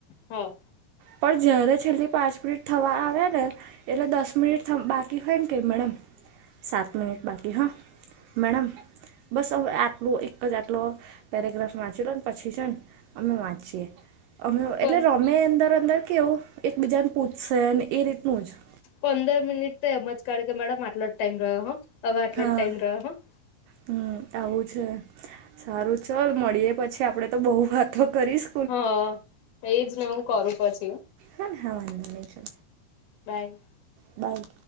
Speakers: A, on the left (about 85°); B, on the right (about 80°).
A: હ
B: પણ જય્યારે છેલ્લી પાંચ મિનિટ થવા આવે ને એટલે દસ મિનિટ બાકી હોય ને કે મેડમ સાત મિનિટ બાકી હા મેડમ બસ હું આટલું એક જ આટલો પેરાગ્રાફ વાંચીલો ને પછી છે ને અમે માચી અમે
A: પણ
B: એટલે રમે અંદર અંદર કેવું એકબીજાને પૂછશે એ રીતનું જ
A: પંદર મિનિટ તો એમ જ કાઢ કે મેડમ આટલો જ ટાઈમ રહ્યો હો હવે આટલો
B: હા
A: જ ટાઈમ રહ્યો હો
B: હમ આવું છે સારું ચાલ મળીયએ પછી આપડે તો બહુ વાતો કરીશ
A: હા એજ ન હું કરું પછી
B: હા હા વા છે
A: બાય
B: બાય.